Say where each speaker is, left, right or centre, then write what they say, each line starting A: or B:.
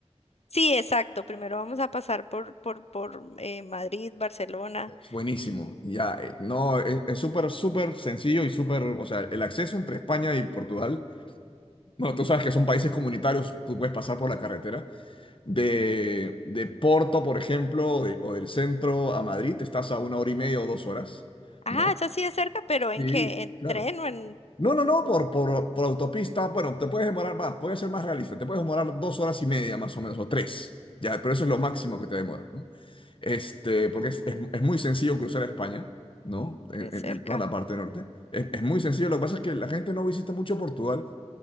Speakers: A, on the left; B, on the left.
A: Sí, exacto. Primero vamos a pasar por por por eh, Madrid, Barcelona.
B: Es Buenísimo. Ya, eh, no, es es súper, súper sencillo y súper, o sea, el acceso entre España y Portugal, bueno, tú sabes que son países comunitarios, tú puedes pasar por la carretera. De, de Porto, por ejemplo, o, de- o del centro a Madrid, estás a una hora y media o dos horas,
A: Ah,
B: ¿no?
A: eso sí es cerca, pero ¿en
B: Sí,
A: qué? ¿En
B: claro.
A: tren o en
B: No, no, no, por, por, por autopista, bueno, te puedes demorar más, puede ser más realista, te puedes demorar dos horas y media más o menos, o tres, ya, pero eso es lo máximo que te demora, ¿no? Este, porque es,
A: oh,
B: es- es muy sencillo cruzar a España, ¿no? En,
A: qué cerca?
B: en- en toda la parte norte. Es, es muy sencillo, lo que pasa es que la gente no visita mucho Portugal